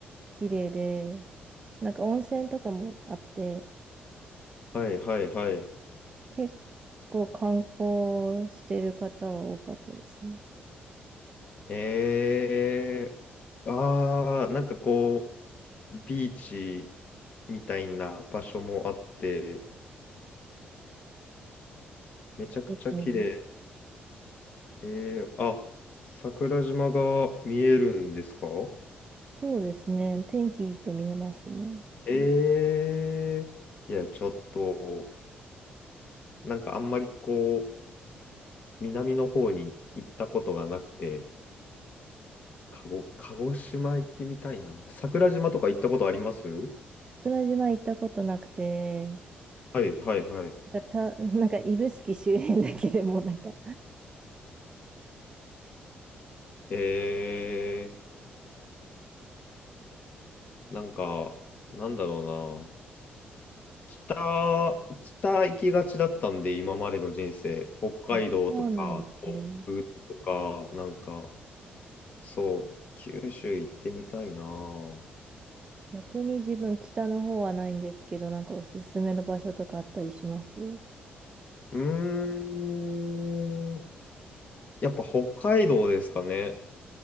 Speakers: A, on the right (about 25°); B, on the left (about 40°).
A: 綺麗で、なんか温泉とかもあって、
B: はいはいはい。
A: 結構観光してる方は多かったですね。
B: へーあー、なんかこう、ビーチみたいな場所もあって、めちゃくちゃ綺麗。
A: そうですね。
B: えー、あ、桜島が見えるんですか
A: そうですね。天気いいと見えますね。
B: ええいや、ちょっと、なんかあんまりこう、南の方に行ったことがなくて、鹿児、鹿児島行ってみたいな。桜島とか行ったことあります
A: 桜島行ったことなくて、
B: はいはいはい。
A: なんかた、<laughs> なんか指宿周辺だけでもなんか、
B: えー、なんか、なんだろうな。北、北行きがちだったんで、今までの人生。北海道とか、
A: あ、そうなんですね。
B: 東北とか、なんか、そう、九州行ってみたいな。う
A: 逆に自分北の方はないんですけど、なんかおすすめの場所とかあったりします
B: ーん。やっぱ北海道ですかね。